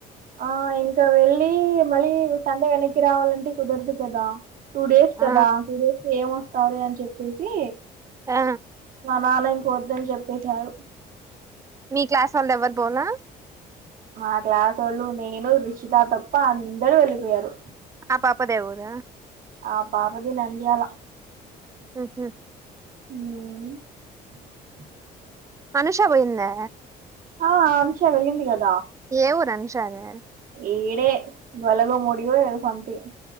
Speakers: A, on the right (about 55°); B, on the right (about 20°).
A: ఆ ఇంకా వెళ్ళలి మళ్ళీ సన్నే వెనక్కి రావాలంటే కుదరదు కదా టూ డేస్ కదా
B: ఆ
A: టూ డేస్ ఏం వస్తార అని చెప్పేసి
B: ఆ
A: మా నాన్న ఇంక వద్దని చెప్పేశారు
B: మీ క్లాస్ వాళ్ళ ఎవ్వరు పోనా
A: మా క్లాస్ వాళ్ళు నేను రిషిత తప్ప అందరుూ వెళ్ళిపోయారు
B: ఆ పాప దేవఊరా
A: ఆ పాపతే నందీాలలా
B: హుహు
A: అ
B: అనూష పోయిందా
A: ఆ అనూష వెళ్ళింది కదా
B: ఏ ఊరు అనూష ది
A: ఈడే వలగ మోడియో ఏదో సంథింగ్